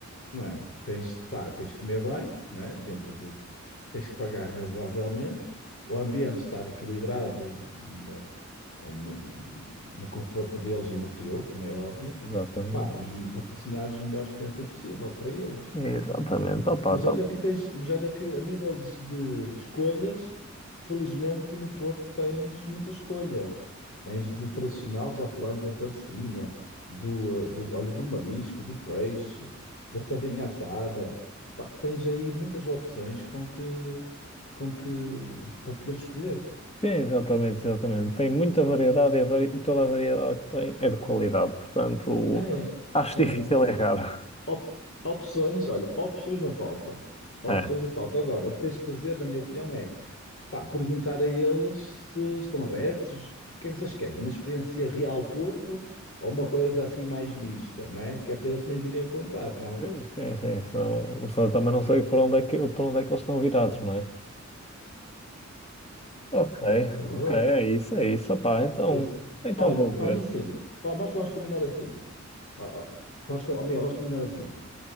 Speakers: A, on the left; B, on the left.
A: não é? Tens, de- pá, tens de comer bem, não é? Dentro do, tens que pagar razoavelmente, o ambiente estar equilibrado no, no, no conforto deles e no teu, como é óbvio.
B: Exatamente.
A: Pá, e proporcionares a melhor experiência possível para eles.
B: Exatamente. Opa,
A: Mas
B: tá.
A: olha que tens, mas olha que a nível de, de escolhas, felizmente tu no Porto tens muita escolha. Tens do tradicional, já falámos da francesinha, do, eh, do olho do marisco, do peixe, da sardinha assada. Pá, tens aí muitas opções com que, com que, para poder escolher.
B: Sim, exatamente, exatamente. Tem muita variedade e, a vari- e toda a variedade que tem é de qualidade, portanto,
A: É,
B: acho difícil
A: é.
B: errar.
A: Op- opções, olha, opções não faltam. Opções
B: É.
A: não faltam. Agora, o que tens que fazer, na minha opinião, é pá, perguntar a eles se estão abertos, o que é que vocês querem? Uma experiência real Porto ou uma coisa assim mais mista, não é? Que é para eles também virem a contar, não?
B: Sim, sim, senão, senão também não sei por onde é que, por onde é que eles estão virados, não é? Ok,
A: É, é verdade.
B: ok, é isso, é isso. Opá, então,
A: Isso.
B: então
A: Olha,
B: vou
A: faz
B: ver.
A: assim, Pá, nós vamos combinar assim. Ó, ó, vamos, com- ó, Miguel, vamos combinar assim.